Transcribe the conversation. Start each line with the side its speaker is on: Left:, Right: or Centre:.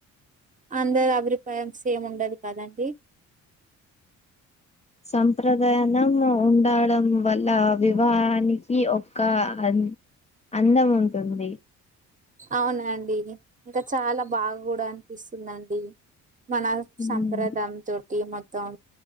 Right: అందరు అభ్రిపాయం సేమ్ ఉండదు కదండి
Left: సంప్రదయనం ఉండడం వల్ల వివాహానికి ఒక అన్ అందం ఉంటుంది
Right: అవునా అండి ఇంకా చాలా బాగా గూడా అనిపిస్తుందండి మన
Left: ఉమ్,
Right: సంప్రదం తోటి మొత్తం